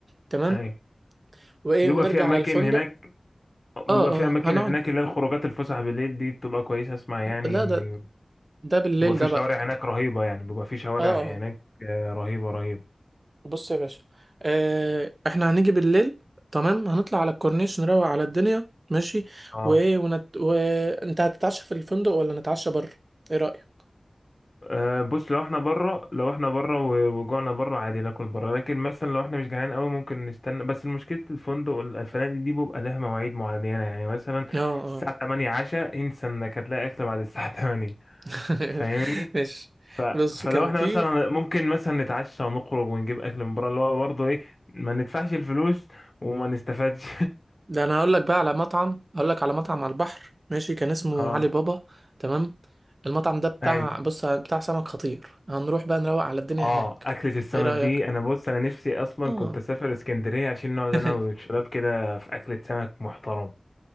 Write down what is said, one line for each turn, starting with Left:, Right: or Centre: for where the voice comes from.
Right: تمام
Left: اي
Right: وايه
Left: بيبقى
Right: ونرجع
Left: في اماكن
Right: على الفندق
Left: هناك بيبقى
Right: اه
Left: في
Right: اه
Left: اماكن
Right: هنقعد
Left: هناك اللي هي الخروجات الفسح بالليل دي بتبقى كويسه اسمع يعني
Right: لا
Left: ان
Right: ده ده بالليل
Left: بيبقى في
Right: ده
Left: شوارع
Right: بقى
Left: هناك رهيبه يعني بيبقى في شوارع
Right: اه اه
Left: هناك آه، رهيبه رهيبه
Right: بص يا باشا آه احنا هنيجي بالليل تمام هنطلع على الكورنيش نروق على الدنيا ماشي
Left: اه
Right: وايه ونت... وانت هتتعشى في الفندق ولا نتعشى بره ايه رأيك
Left: آه، بص لو احنا بره لو احنا بره وجوعنا بره عادي ناكل بره لكن مثلا لو احنا مش جعانين قوي ممكن نستنى بس مشكله الفندق وال- الفنادق دي بيبقى لها مواعيد معينه يعني مثلا
Right: اه اه
Left: الساعه 8 عشاء انسى انك هتلاقي اكل بعد الساعه <laughs> 8
Right: <laughs>
Left: فاهمني
Right: ماشي
Left: ف...
Right: بص
Left: فلو
Right: كان
Left: احنا
Right: في
Left: مثلا ممكن مثلا نتعشى ونخرج ونجيب اكل من بره اللي هو برضه ايه ما ندفعش الفلوس وما نستفادش
Right: ده انا هقول لك بقى على مطعم هقول لك على مطعم على البحر ماشي كان اسمه
Left: <laughs> اه
Right: علي بابا تمام المطعم ده بتاع
Left: ايوه
Right: بص بتاع سمك خطير هنروح بقى نروق على الدنيا
Left: اه
Right: هناك
Left: اكلة السمك
Right: ايه رأيك
Left: دي انا بص انا نفسي اصلا
Right: اه
Left: كنت اسافر اسكندرية عشان نقعد
Right: <laughs>
Left: انا والشباب كده في اكلة سمك محترم